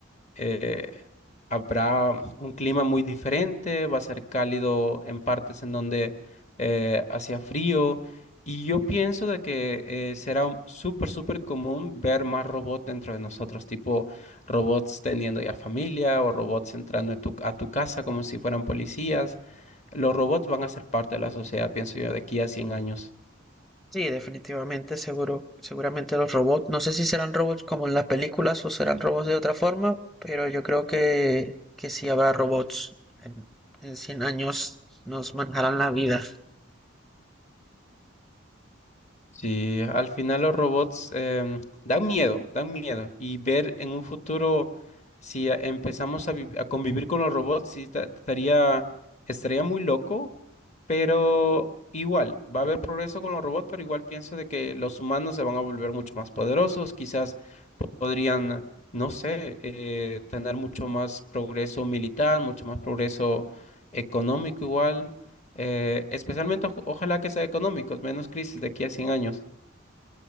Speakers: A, on the left; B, in the centre.
A: eh, habrá un clima muy diferente, va a ser cálido en partes en donde eh, hacía frío y yo pienso de que eh, será un- súper, súper común ver más robots dentro de nosotros, tipo robots teniendo ya familia o robots entrando a tu, a tu casa como si fueran policías. Los robots van a ser parte de la sociedad, pienso yo, de aquí a 100 años.
B: Sí, definitivamente, seguro, seguramente los robots, no sé si serán robots como en las películas o serán robots de otra forma, pero yo creo que, que sí habrá robots. En, en 100 años nos manejarán la vida.
A: Sí, al final los robots em, dan miedo, dan miedo. Y ver en un futuro si eh, empezamos a, vi- a convivir con los robots, sí, ta- estaría, estaría muy loco, pero igual, va a haber progreso con los robots, pero igual pienso de que los humanos se van a volver mucho más poderosos, quizás po- podrían, no sé, eh, tener mucho más progreso militar, mucho más progreso económico igual. Eh, especialmente, oj- ojalá que sea económicos, menos crisis de aquí a 100 años.